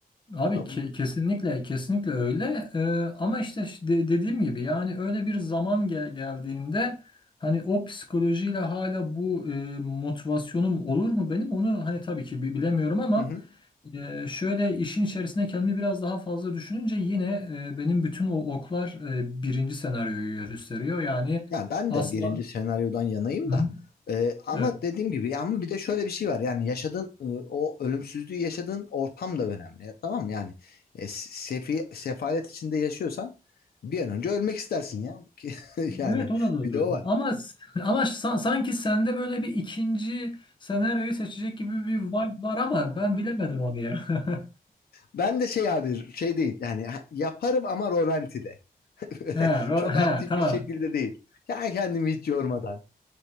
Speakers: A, on the left; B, on the left.
A: Abi
B: Ha,
A: ke-
B: bu-
A: kesinlikle kesinlikle öyle Ee, ama işte ş- de- dediğim gibi yani öyle bir zaman gel- geldiğinde hani o psikolojiyle hala bu e, motivasyonum olur mu benim onu hani tabii ki bi- bilemiyorum ama
B: Hı hı.
A: e, şöyle işin içerisine kendimi biraz daha fazla düşününce yine e, benim bütün o oklar e, birinci senaryoyu gösteriyor yani
B: Yani ben
A: asla
B: de birinci senaryodan yanayım
A: Hı,
B: da e, ama
A: evet.
B: dediğim gibi ama bir de şöyle bir şey var yani yaşadığın e, o ölümsüzlüğü yaşadığın ortam da önemli tamam mı? Yani e, sefi, sefalet içinde yaşıyorsan bir an önce ölmek istersin ya <laughs> yani
A: Evet o da doğru.
B: bir de o var.
A: Ama ama sa- sanki sende böyle bir ikinci senaryoyu seçecek gibi bir vibe var ama ben bilemedim onu ya. <laughs>
B: Ben de şey abi şey değil yani yaparım ama rolantide.
A: He,
B: <laughs>
A: ro-
B: Çok
A: he,
B: aktif
A: tamam.
B: bir şekilde değil. Ya kendimi hiç yormadan. <laughs>